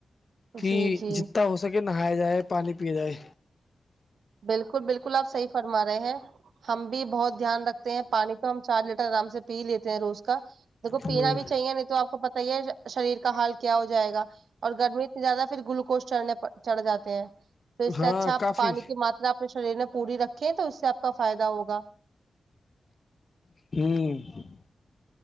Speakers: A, on the left; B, on the right.
A: کہ
B: جی جی
A: جتنا ہو سکے نہایا جائے پانی پیا جائے
B: بالکل بالکل آپ صحیح فرما رہے ہیں ہم بھی بہت دھیان رکھتے ہیں پانی تو ہم چار لیٹر آرام سے پی لیتے ہیں روز کا دیکھو
A: ہ
B: پینا بھی چاہیے نہیں تو آپ کو کو پت ہی ہے شریر کا حال کیا ہو جائے گا اور گرمی اتنی زیادہ پھر گلوکوز چڑھنے چڑھ جاتے ہیں پھر اس
A: ہاں
B: سے اچھا
A: کافی
B: پانی ماتا اپنے شریر میں پوری رکھیں تو اس سے آ کا فائدہ ہوگا
A: ھمم